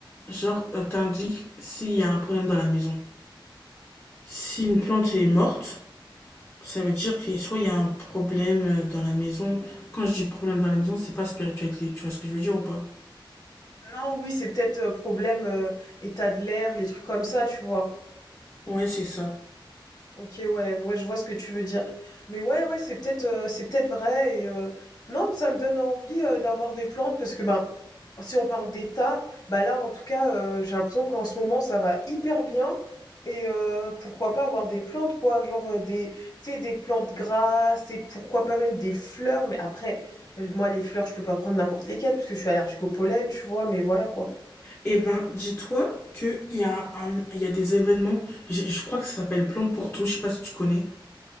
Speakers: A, on the left; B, on the left.
A: genre, euh, t'indique s'il y a un problème dans la maison. Si une plante est morte, ça veut dire que soit il y a un problème euh, dans la maison. Quand je dis problème dans la maison, c'est pas spiritualité. Tu vois ce que je veux dire ou pas?
B: Non, oui, c'est peut-être euh, problème euh, état de l'air, les trucs comme ça, tu vois.
A: Ouais, c'est ça.
B: Ok, ouais, ouais, je vois ce que tu veux dire. Mais ouais, ouais, c'est peut-être euh, c'est peut-être vrai. Et, euh, Non, mais ça me donne envie euh, d'avoir des plantes parce que ben, si on parle d'état, bah là, en tout cas, euh, j'ai l'impression qu'en ce moment, ça va hyper bien. Et euh, pourquoi pas avoir des plantes, quoi, genre euh, des, tu sais, des plantes grasses et pourquoi pas même des fleurs. Mais après, euh, moi, les fleurs, je peux pas prendre n'importe lesquelles parce que je suis allergique au pollen, tu vois. Mais voilà quoi.
A: Eh ben, dis-toi qu'il y a un, il y a des événements, j'ai- je crois que ça s'appelle Plan pour tout, je sais pas si tu connais.